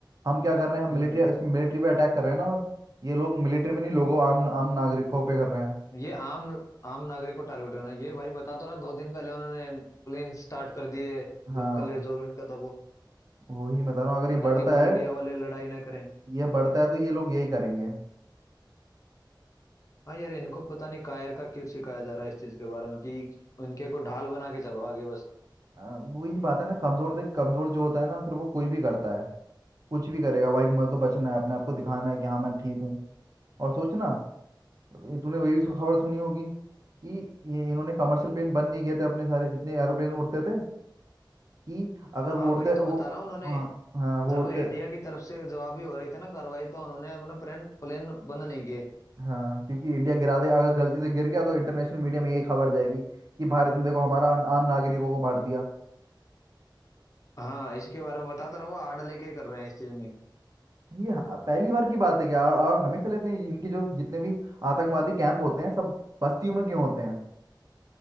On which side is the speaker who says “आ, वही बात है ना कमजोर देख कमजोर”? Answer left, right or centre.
Right